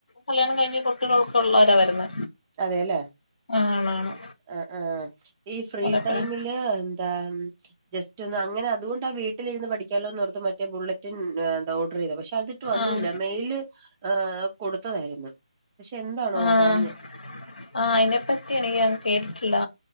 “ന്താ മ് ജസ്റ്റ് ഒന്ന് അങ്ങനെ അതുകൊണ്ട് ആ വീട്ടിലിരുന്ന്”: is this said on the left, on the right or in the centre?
Right